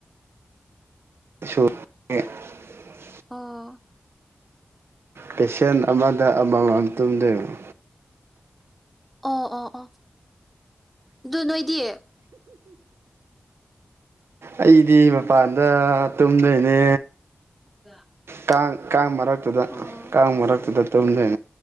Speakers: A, on the right; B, in the centre.
A: <unintelligible>
B: ꯑꫭ
A: ꯄꯦꯁꯦꯟꯠ ꯑꯃꯗ ꯑꯃꯃꯝ ꯇꯨꯝꯗꯣꯏꯅꯦ
B: ꯑꯣ ꯑꯣ ꯑꯣ ꯑꯗꯨ ꯅꯣꯏꯗꯤ
A: ꯑꯩꯗꯤ ꯃꯄꯥꯟꯗ ꯇꯨꯝꯗꯨꯏꯅꯦ
B: <inaudible>
A: ꯀꯥꯡ ꯀꯥꯡ ꯃꯔꯛ ꯇꯨꯗ
B: ꯑꯣ
A: ꯀꯥꯡ ꯃꯔꯛꯇꯨꯗ ꯇꯨꯝꯗꫭꯏꯅꯦ